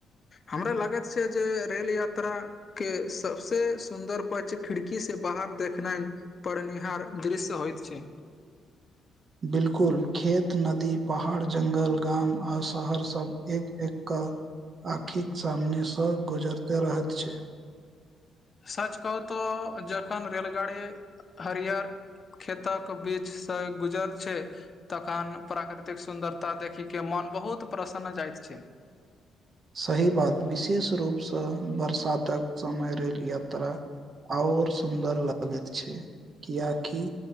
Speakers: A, on the left; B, on the right.
A: हमरा लागैत छै जे रेल यात्रा के सबसे सुन्दर पच खिड़की से बाहर देखनाइ परनिहार दृश्य होइत छै
B: बिल्कुल खेत नदी पहाड़ जंगल गाम आ शहर सब एक एक कऽ आँखिक सामनेसँ गुजरते रहैत छै
A: सच कहू तऽ जखन रेलगाड़ी हरिियर खेतक बीचसँ गुजर छै तखन प्राकृतिक सुन्दरता देखी के मोन बहुत प्रसन्न जायइत छै
B: सही बात विशेष रूपसँ बरसातक समय रेल यात्रा आओर सुन्दर लागैत छै कियकि